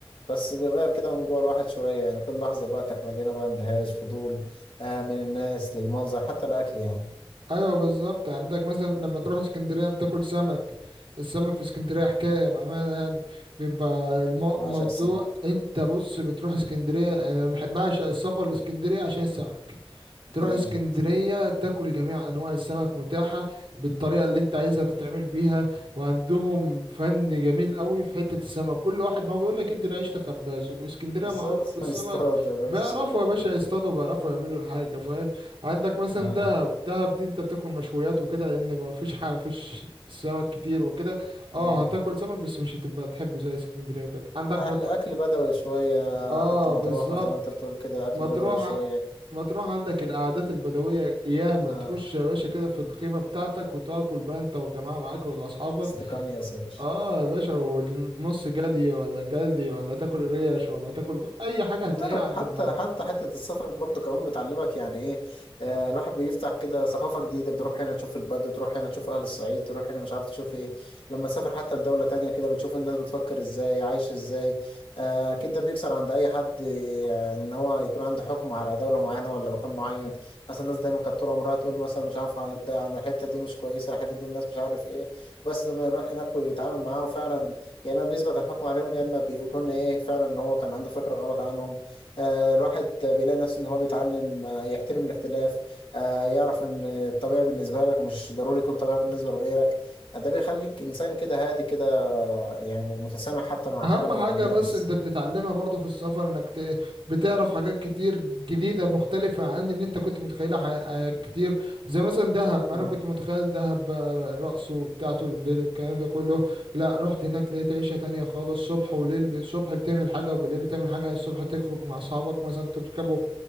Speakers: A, on the left; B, on the right.
A: بس بيغير كده من جوه الواحد شويه يعني كل لحظه بقى كانت مليانه بقى اندهاش فضول آه من الناس للمنظر حتى الاكل يعني
B: ايوه بالظبط يعني عندك مثلا لما تروح اسكندريه بتاكل سمك السمك في اسكندريه حكايه بامانه يعني بيبقى المو-
A: بعشق
B: الموضوع
A: السمك
B: انت بص بتروح اسكندريه انا بحب اعشق السفر لاسكندريه عشان السمك
A: جامد
B: تروح اسكندرية تاكل جميع أنواع السمك متاحة بالطريقة اللي أنت عايزها تتعمل بيها وعندهم فن جميل قوي في حتة السمك كل واحد ما هو بيقول لك ادي العيش لخباز واسكندرية
A: بالظبط
B: معروفة بالسمك
A: <laughs> يصطاد يا باشا
B: بيعرفوا يا باشا يصطادوا بيعرفوا يعملوا الحاجة فاهم عندك مثلا
A: اه
B: دهب دهب دي أنت بتاكل مشويات وكده لأن ما فيش حاجة مفيش سمك كتير وكده اه
A: اه
B: هتاكل سمك بس مش هتبقى تحبه زي اسكندرية وكده عندك
A: اهل
B: مطر
A: اكل بدوي شويه
B: اه
A: حتى مطروح
B: بالظبط
A: زي ما انت بتقول كده اكل
B: مطروح
A: بدوي شويه
B: مطروح عندك القعدات البدوية ياما
A: اه
B: تخش يا باشا كده في الخيمة بتاعتك وتاكل بقى انت والجماعة معاك ولا أصحابك
A: استقانية يا باشا
B: اه يا باشا والنص جدي ولا جدي ولا تاكل ريش ولا تاكل ب... أي حاجة
A: بتر
B: هتلاقيها عند
A: حتى
B: البدو
A: حتى حتة السفر برضه كمان بتعلمك يعني ايه آه الواحد بيفتح كده ثقافة جديدة بتروح هنا تشوف البدو تروح هنا تشوف أهل الصعيد تروح هنا مش عارف تشوف ايه لما تسافر حتى لدولة تانية كده بتشوف الناس بتفكر ازاي عايشة ازاي آه أكيد ده بيكسر عند أي حد آه إن هو يكون عنده حكم على دولة معينة ولا مكان معين مثلا الناس دايما كانت طول عمرها تقول مثلا مش عارف عن الت- عن الحتة دي مش كويسة الحتة دي الناس مش عارف ايه بس لما يروح هناك ويتعامل معاهم فعلا يا إما بيثبت الحكم عليهم يا إما بيكون ايه فعلا إن هو كان عنده فكرة غلط عنهم آه، الواحد بيلاقي نفسه ان هو بيتعلم آه، يحترم الاختلاف آه، يعرف ان الطبيعي بالنسبه لك مش ضروري يكون طبيعي بالنسبه لغيرك آه، ده بيخليك انسان كده هادي كده آه، يعني متسامح حتى مع
B: اهم
A: حالك
B: حاجة
A: ومع الناس
B: بس انت بتتعلمها برضو في السفر انك ت... بتعرف حاجات كتير جديدة مختلفة عن اللي انت كنت متخيلها ح... آه، كتير زي مثلا دهب
A: مم.
B: انا كنت متخيل دهب بقى رقصه بتاعته الليل والكلام ده كله لا رحت هناك لقيت عيشة تانية خالص صبح وليل ب... الصبح بتعمل حاجة وبالليل بتعمل حاجة الصبح تخرج مع اصحابك مثلا تركبوا